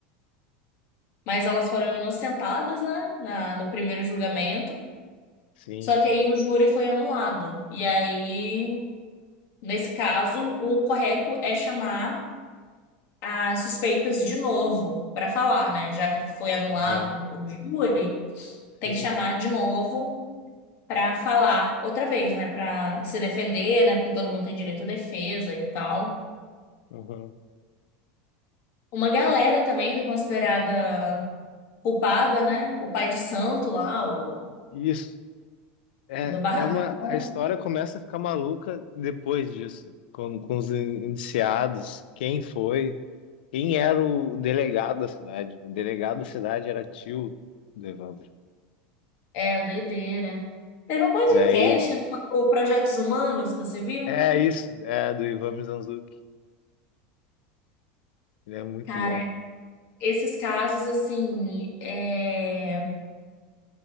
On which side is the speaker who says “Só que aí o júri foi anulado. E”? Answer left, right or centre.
Left